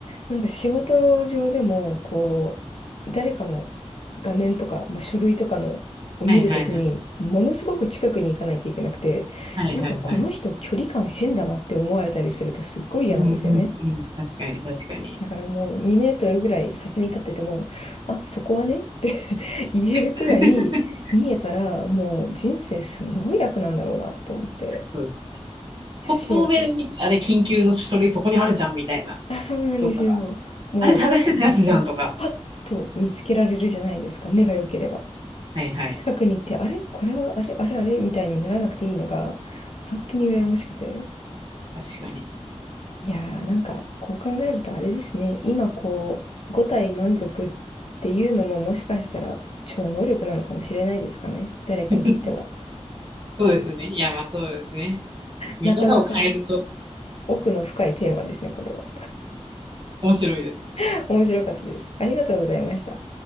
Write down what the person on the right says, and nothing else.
はいはいはい。
はいはいはい。
うんうんうん。確かに確かに。
<laughs>
そうです。
遠目で見て、
あれ緊急の書類そこにあるじゃんみたいな。
とか、
あれ探してたやつじゃんとか。
はいはい。
確かに。
<laughs> そうですね。いやまあそうですね。見方を変えると
面白いです。